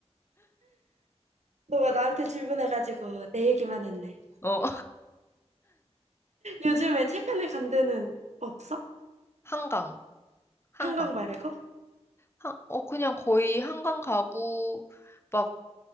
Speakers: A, on the right; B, on the left.
A: 너가 나한테 질문해가지고 내 얘기만 했네.
B: 어,
A: 요즘에 최근에 간 데는 없어?
B: 한강, 한강.
A: 한강 말고?
B: 하, 어, 그냥 거의 한강 가고, 막,